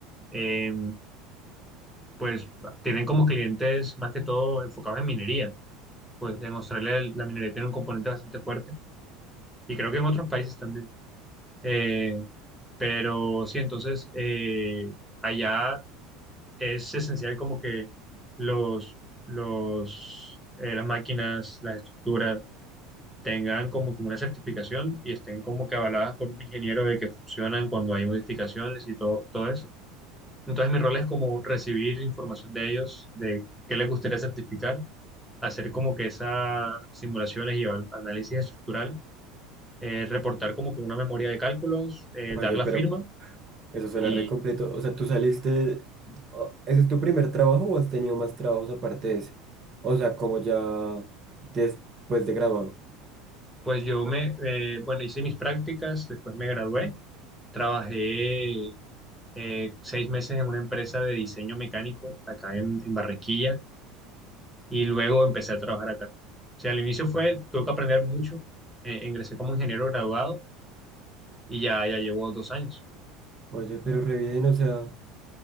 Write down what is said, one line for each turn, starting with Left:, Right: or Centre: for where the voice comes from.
Centre: eh, pues, tienen como clientes más que todo enfocados en minería. pues en Australia el- la minería tiene un componente bastante fuerte y creo que en otros países también. Eh, pero sí, entonces eh, allá es esencial como que los, los, eh, las máquinas, las estructuras tengan como que una certificación y estén como que avaladas por un ingeniero de que funcionan cuando hay modificaciones y todo, todo eso. Entonces mi rol es como recibir información de ellos, de qué les gustaría certificar, hacer como que esas simulaciones y al- análisis estructural, eh, reportar como que una memoria de cálculos, eh,
Right: Oye,
Centre: dar la
Right: pero
Centre: firma
Right: eso suena
Centre: y
Right: re completo. O sea, ¿tú saliste... o- ¿Ese es tu primer trabajo o has tenido más trabajos aparte de ese? O sea, como ya después de graduado.
Centre: pues yo me, eh, bueno, hice mis prácticas, después me gradué, trabajé eh, seis meses en una empresa de diseño mecánico acá en, en Barranquilla y luego empecé a trabajar acá. O sea, al inicio fue, tuve que aprender mucho, eh, ingresé como ingeniero graduado y ya, ya llevo dos años.
Right: Oye, pero re bien, o sea...